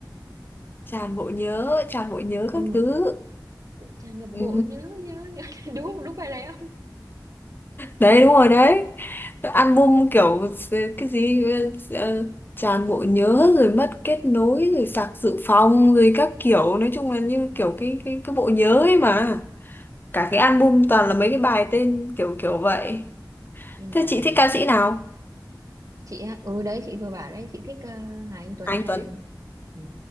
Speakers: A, on the left; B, on the right.
A: tràn bộ nhớ tràn bộ nhớ các
B: ừ
A: thứ
B: tràn ngập
A: ừ.
B: bộ nhớ nhớ nhớ <laughs> đúng không? đúng bài này không
A: đấy đúng rồi đấy album kiểu cái gì ờ, tràn bộ nhớ rồi mất kết nối rồi sạc dự phòng rồi các kiểu nói chung là như
B: ừ.
A: kiểu cái cái cái bộ nhớ ấy mà cả cái album
B: nhưng
A: toàn là mấy cái bài tên kiểu kiểu vậy
B: nhưng
A: thế
B: mà
A: chị thích ca sĩ nào
B: chị á ừ đấy chị vừa bảo đấy chị thích ờ, Hà Anh Tuấn
A: Hà Anh
B: này
A: Tuấn
B: ừ.